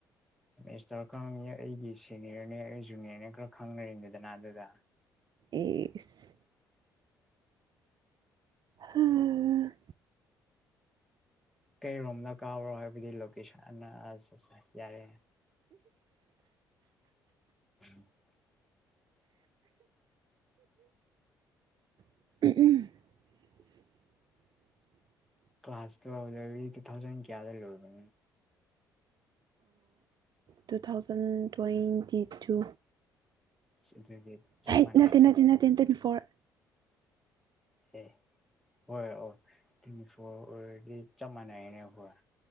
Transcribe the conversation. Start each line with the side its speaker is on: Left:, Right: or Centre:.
Centre: ꯁꯇꯔ ꯈꯪꯉ ꯑꯩꯒꯤ ꯁꯦꯅꯤꯌꯔꯅꯦ ꯑꯩ ꯖꯨꯅꯤꯌꯔꯅꯦ ꯈꯔ ꯈꯪꯅꯔꯤꯗꯗꯅ ꯑꯗꯨꯗ
Right: ꯑꯦꯁ ꯎꯝ
Centre: ꯀꯩꯔꯣꯝꯗ ꯀꯥꯕ꯭ꯔꯣ ꯍꯥꯏꯕꯗꯤ ꯂꯣꯀꯦꯁꯟ ꯑ ꯑ ꯌꯥꯔꯦ ꯎꯝ <unintelligible>
Right: ꯎ
Centre: ꯀ ꯀ꯭ꯂꯥꯁ ꯇ ꯍꯧꯗ ꯊꯧꯖ ꯀꯌꯥꯗ ꯂꯧꯣꯏꯕ
Right: ꯇꯨ ꯊꯥꯎꯖꯟ ꯇ꯭ꯋꯦꯟꯇꯤ ꯇꯨ
Centre: ꯁꯤ ꯆꯞ
Right: ꯍꯩꯠ
Centre: ꯃꯅꯥ
Right: ꯅꯠꯇꯦ ꯅꯠꯇꯦ ꯅꯠꯇꯦ ꯇ꯭ꯋꯦꯟꯇꯤ ꯐꯣꯔ
Centre: ꯑꯦ ꯍꯣꯏ ꯑꯣ ꯐꯣ ꯑꯣꯏꯔꯦꯗꯤ ꯆꯞ ꯃꯥꯟꯅꯩꯅꯦ ꯑꯩꯈꯣꯏ